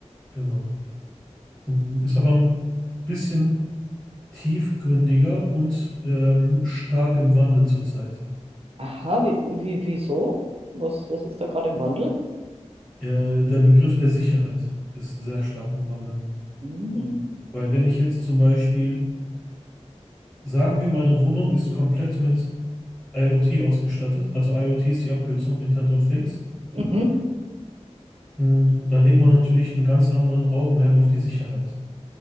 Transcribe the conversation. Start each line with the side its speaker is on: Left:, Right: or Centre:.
Centre: Genau. Mm, Ist aber ein bisschen tiefgründiger und ähm, stark im Wandel zurzeit.
Right: Aha, wie, wie, wieso? Was, was ist da gerade im Wandel?
Centre: Äh, der Begriff der Sicherheit ist sehr stark im Wandel.
Right: Mhm.
Centre: Weil wenn ich jetzt zum Beispiel, sagen wir, meine Wohnung ist komplett mit IoT ausgestattet, also IoT ist die Abkürzung Internet of Things,
Right: Mhm.
Centre: Mm, Dann legt man natürlich einen ganz anderen Augenmerk auf die Sicherheit.